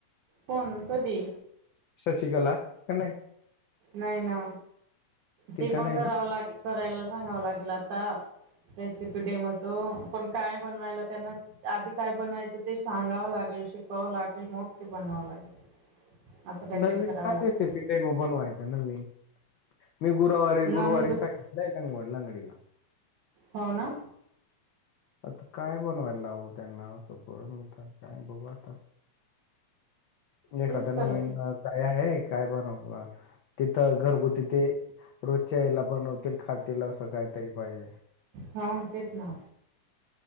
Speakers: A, on the right (about 85°); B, on the left (about 85°).
A: पण कधी.
B: शशीकला क नही.
A: नाही ना
B: तिथं
A: ते पण
B: नाही
A: कराव
B: ना
A: लागेल करायला सांगाव लागेल आता. रेसिपी डेमोच पण काय बनवायला त्यांना आधी काय बनायच ते सांगाव लागेल शिकवाव लागेल मग ते बनवाव लागेल. असं काहीतरी
B: नवीन
A: करावं
B: काढ
A: लागेल
B: रेसिपी. डेमो बनवायच नवीन. मी गुरुवारी
A: नवीन
B: गुरुवारी
A: दुस
B: सांगितल लागवड लंगडी.
A: हो ना
B: आता काय बनवायला लावू त्यांना. काय बघू आता. एकाद
A: तेच तर
B: नवीन काय आहे. काय बनवू पण आता. तिथ घरगुती ते रोजच्या याला बनवतील खातील अस कायतरी पाहिजे.
A: हा तेच ना,